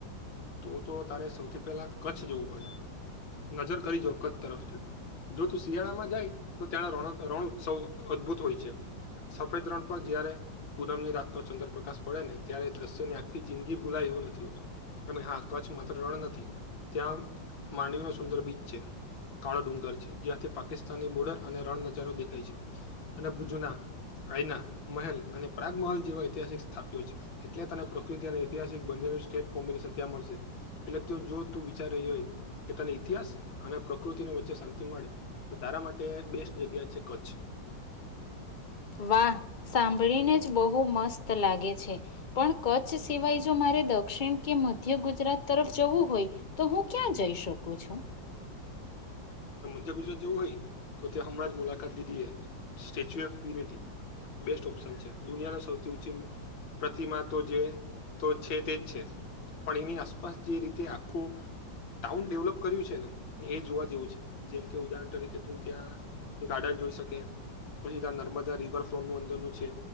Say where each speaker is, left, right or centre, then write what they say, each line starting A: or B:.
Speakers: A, on the left; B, on the left.
A: તો તો તારે સૌથી પહેલા કચ્છ જવું પડે નજર કરી જો કચ્છ તર જો તું શિયાળામાં જાય તો ત્યાંના રણ રણ ઉત્સવ અદ્ભુત હોય છે. સફેદ રણ પર જય્યારે પૂનમની રાત તો ચંદ્રપ્રકાશ પડેને ત્યારે દ્રશ્ય ને આખી જિંદગી ભૂલાય એવું નથી હોતું. એ હા કચ્છ માત્ર રણ નથી ત્યાં માંડવી નો સુંદર બીચ છે. કાળો ડુંગર છે જ્યાંથી પાકિસ્તાનની બોર્ડર અને રણ નજારો દેખાય છે અને ભુજના અઈના મહેલ. અને પ્રાગમલ જેવા ઐતિહાસિક સ્થાપ્યો છે એટલે તને પ્રકૃતિ અને ઐતિહાસિક બંનું સ્ટેટ કોમ્બિનેશન ત્યાં મળશે એટલે જો તું વિચાર રહી હોય. કેતાની ઇતિહાસ અને પ્રકૃતિની વચ્ચે શાંતિ મળે. તો તારા માટે બેસ્ટ જગ્યા છે કચ્છ
B: વાહ સાંભળીને જ બહુ મસ્ત લાગે છે પણ કચ્છ સિવાય જો મારે રે દક્ષિણ કે મધ્ય ગુજરાત તરફ જવું હોય તો હું ક્યાં જઈ શકું છું.
A: ધ્ય ગુજરાત જવું હોય તો ત્યાં હમણાં જ મુલાકાત લીધી છે Statue of Unity best option છે દુનિયાની સૌથી ઊંચી પ્રતિમા તો જે તો છે તે જ છે પણ એની આસપાસ જે રીતે આખું ટાઉન ડેવલપ કર્યું છે ને. એ જોવા જેવું છે જેમ કે ઉદાહરણ તરીકે તું ત્યાં ગાર્ડન જોઈ શકે. પછી ત્યાં નર્મદા રિવરફ્રન્ટ ન અંદરનું છે.